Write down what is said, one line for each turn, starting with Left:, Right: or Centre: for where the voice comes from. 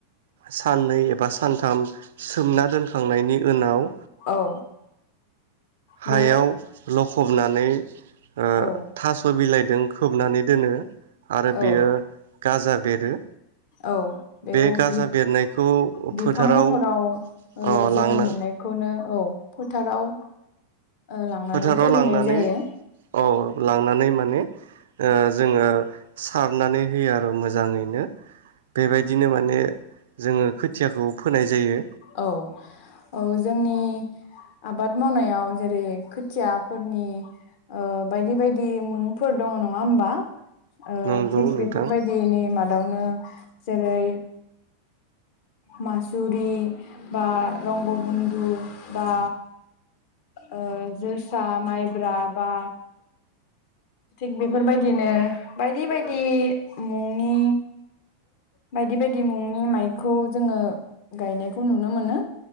Right: साननै एबा सानथाम सोमना दोनखांनायनि ओनाव
Left: औ
Right: हायाव
Left: बे
Right: ल फबनानै ओ
Left: औ
Right: थास' बिलाइदों खोबनानै दोनो आरो
Left: औ
Right: बेयो गाजा बेरो
Left: औ बेयाव
Right: बे गाजा
Left: बि-बिफां
Right: बेरनायखौ फोथाराव
Left: महराव ओ
Right: अ
Left: जोनोम
Right: लांना
Left: मोननायखौनो औ फोथाराव ओ लांनानै
Right: फोथाराव
Left: फोहैनाय
Right: लांनानै
Left: जायो।
Right: औ लांनानै माने ओ जोङो सारनानै होयो आरो मोजां जाङैनो बेबायदिनो माने जोङो खोथियाखौ फोनाय जायो
Left: औ औ जोंनि आबाद मावनायाव जेरै खोथियाफोरनि ओ बायदि बायदि मुंफोर दङ नङा होमबा ओ
Right: नंगौ
Left: थिग
Right: नोंथां
Left: बेफोरबायदिनि मादावनो जेरै मासुरि बा रंगबन्धु बा ओ जोसा माइब्रा बा थिग बेफोरबायदिनो बायदि बायदि मुंनि बायदि बायदि मुंनि माइख खौ जोङो गायनायखौ नुनो मोनो।